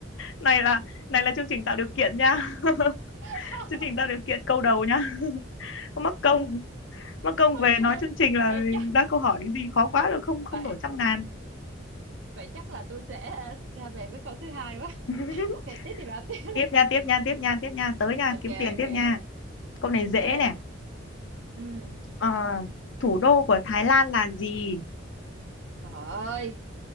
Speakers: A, on the left (about 70°); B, on the right (about 75°).
A: Này là này là chương trình tạo điều kiện nha. <laughs>
B: <laughs>
A: Chương trình tạo điều kiện câu đầu nha. <laughs> Không Mắc công, mắc công về
B: OK,
A: nói chương trình là
B: đây chắc
A: ra câu hỏi gì khó quá rồi không không
B: vậy
A: đổi trăm ngàn.
B: vậy chắc là tôi sẽ ra về với câu thứ hai quá.
A: <laughs>
B: <laughs> OK, tiếp đi bà tiếp
A: tiếp
B: đi.
A: nha tiếp nha tiếp nha tiếp nha tới nha
B: OK
A: kiếm tiền
B: OK
A: tiếp nha câu này
B: OK.
A: dễ nè
B: Ừm,
A: Ờ,
B: rồi.
A: thủ đô của Thái Lan là gì
B: Trời ơi,